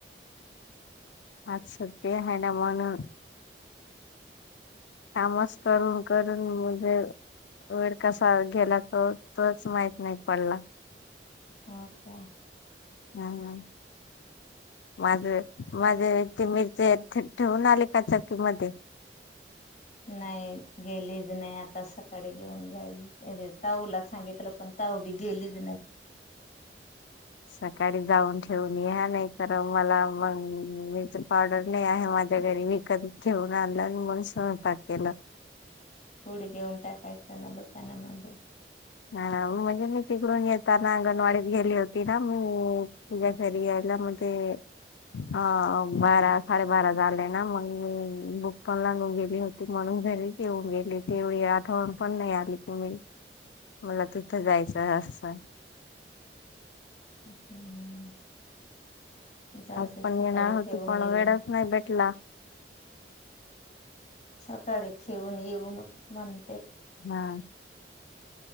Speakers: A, on the left (about 40°); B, on the left (about 85°).
A: <unintelligible>
B: अच्छा ते आहे ना म्हणून. कामच करून करून म्हणजे वेळ कसा गेला तो तोच माहित नाही पडला.
A: हो का.
B: हा. माझ माझे ते मिरचे ठे ठेवून आले का चक्की मध्ये.
A: नाही, गेलीच नाही आता सकाळी घेऊन जाईल. त्या ताऊला सांगितलं पण ताऊ बी गेलीच नाही.
B: सकाळी जाऊन ठेवून या. नाही तर मला मग मीरची पावडर नाही आहे माझ्या घरी विकत घेऊन आणलं मग स्वयंपाक केलं.
A: पूड घेऊन टाकायचं ना दुकानामध्ये
B: हा म्हणजे मी तिकडून येताना अंगणवाडीत गेली होती ना, मी तुझ्या घरी यायला मग ते अ बारा साडेबारा झाले ना, मग मी भुक पण लागून गेली होती, म्हणून घरीच येऊन गेली हो तेवढी आठवण पण नाही आली तुम्ही मला तिथं जायचंय असं
A: हम्म जाऊ
B: आज
A: दे
B: पण
A: सकाळी
B: येणार होती
A: ठेवून
B: पण
A: येईल
B: वेळंच
A: मी
B: नाही भेटला.
A: सकाळी ठेवून येऊ म म्हण
B: हा